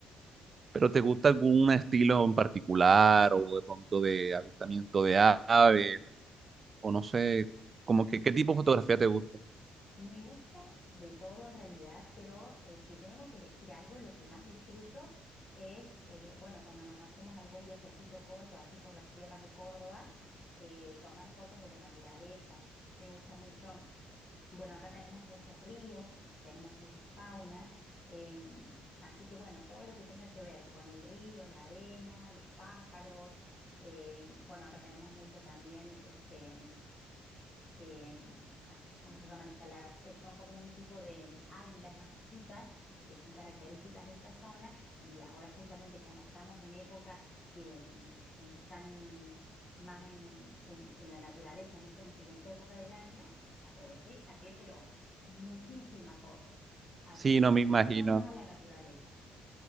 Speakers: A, on the right; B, on the left.
A: ¿Pero te gusta algún estilo en particular o de pronto de avistamiento de aves? O no sé, como que qué tipo de fotografía te gusta.
B: Me gusta de todo en realidad, pero eh, si tengo que elegir algo, lo que más disfruto es, eh, bueno, cuando nos hacemos algún viajecito corto aquí por las sierras de Córdoba, eh, tomar fotos de la naturaleza. Me gusta mucho, bueno, acá tenemos muchos ríos, tenemos mucha fauna, em, así que bueno, todo lo que tenga que ver con el río, la arena, los pájaros, em, bueno, acá tenemos mucho también, este em, ay, ¿cómo se llaman estas? Las, eh, son como un tipo de águilas más chiquitas que son características de esta zona y ahora justamente como estamos en época que, em, en que están más en, en- en la naturaleza en, este, en esta época del año, aproveché y saqué, pero muchísimas fotos. Así
A: Sí,
B: que
A: no
B: bueno,
A: me imagino.
B: lo mío es más a la naturaleza.